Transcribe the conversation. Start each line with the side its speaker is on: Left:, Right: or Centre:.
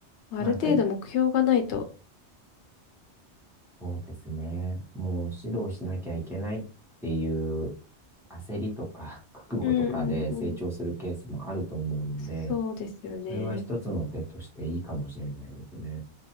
Left: ある程度目標がないと。
Centre: まあ、やっぱり、そうですね。もう指導しなきゃいけないっていう焦りとか、<laughs> 覚悟とかで成長するケースもあると思うので、
Left: うんうんうん。そうですよね。
Centre: それは一つの手としていいかもしれないですね。